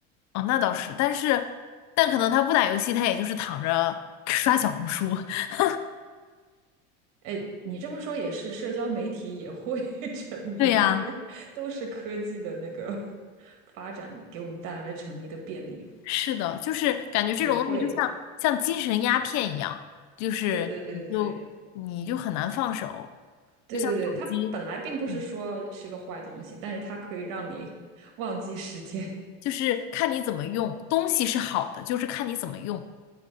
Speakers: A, on the left; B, on the right.
A: 哦，那倒是，但是，但可能他不打游戏，他也就是躺着刷小红书。<laughs>
B: 哎，你这么说也是，社交媒体也会 <laughs> 沉迷，
A: 对呀，
B: <laughs> 都是科技的那个 <laughs> 发展给我们带来了沉迷的便利，
A: 是的，就是感觉这种东西就像像精神鸦片一样，
B: 也会。
A: 就是你就你就很难放手，
B: 对对对对对对对对，
A: 就像手机，
B: 它本来并不是说是个坏东西，
A: 嗯，
B: 但是它可以让你 <laughs> 忘记时间。
A: 就是看你怎么用，东西是好的，就是看你怎么用。